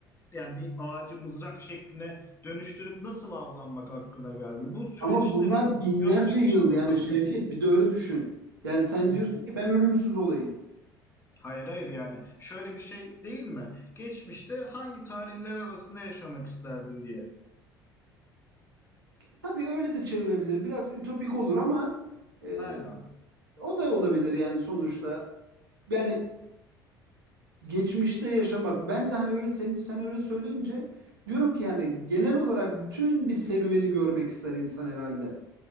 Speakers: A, on the left; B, on the right.
A: yani bir ağacı mızrak şekline dönüştürüp nasıl avlanmak aklına geldi. Bu süreçleri
B: Ama bunlar binlerce
A: görmek
B: yıl
A: için yapabilir.
B: yani Şevket bir de öyle düşün. Yani sen
A: Biz,
B: diyorsun ki ben ölümsüz olayım.
A: hayır hayır yani şöyle bir şey değil mi? Geçmişte hangi tarihler arasında yaşamak isterdin diye.
B: Tabii öyle de çevirebilir. Biraz ütopik olur ama e,
A: Aynen.
B: o da olabilir yani sonuçta. Yani geçmişte yaşamak. Ben de hani öyle sen, sen öyle söyleyince diyorum ki yani genel olarak bütün bir serüveni görmek ister insan herhalde.